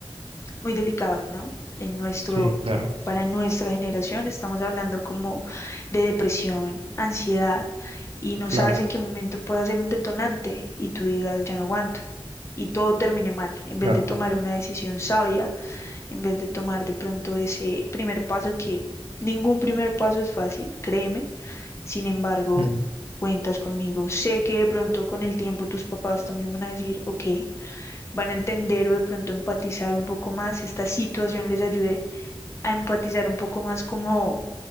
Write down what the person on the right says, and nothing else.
sí, claro,
claro,
claro.
Mm,